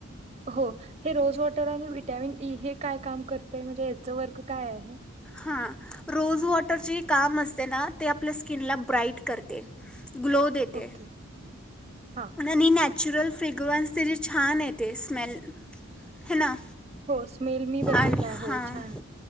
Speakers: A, on the right (about 30°); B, in the centre.
A: हो हे रोजवॉटर आणि विटमिन ई हे काय काम करते म्हणजे याचं वर्क काय आहे हे
B: हां रोजवॉटरचे काम असते ना ते आपल्या स्किनला ब्राईट करते ग्लो देते
A: ओके हा
B: नॅचरल फ्रेग्रंस ते जे छान येते तेे स्मेल हे ना
A: हो स्मेल मी बघितलाय
B: आणि हां
A: हो छान